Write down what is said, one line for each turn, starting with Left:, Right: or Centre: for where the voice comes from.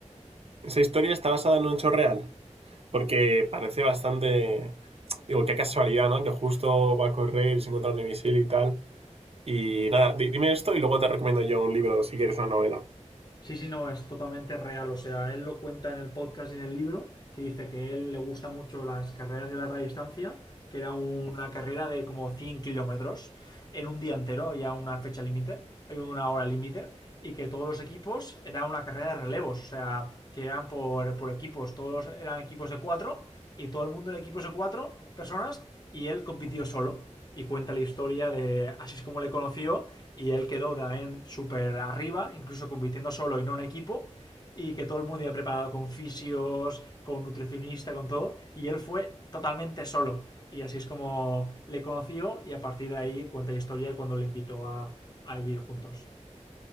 Right: Esa historia está basada en un hecho real, Porque parece bastante. Digo, qué casualidad, ¿no? Que justo va a correr y se encuentra un misil y tal. Y nada, di- dime esto y luego te recomiendo yo un libro si quieres una novela.
Left: Sí, sí, no, es totalmente real. O sea, él lo cuenta en el podcast y en el libro, que dice que a él le gusta mucho las carreras de larga distancia, que era una carrera de como 100 kilómetros en un día entero, había una fecha límite, había una hora límite, y que todos los equipos era una carrera de relevos, o sea, que eran por, por equipos, todos eran equipos de cuatro, y todo el mundo era equipos de cuatro personas, y él compitió solo. Y cuenta la historia de así es como le conoció y él quedó también súper arriba, incluso compitiendo solo y no en equipo, y que todo el mundo iba preparado con fisios, con nutricionista, con todo, y él fue totalmente solo. Y así es como le conoció y a partir de ahí cuenta la historia de cuando le invitó a, a vivir juntos.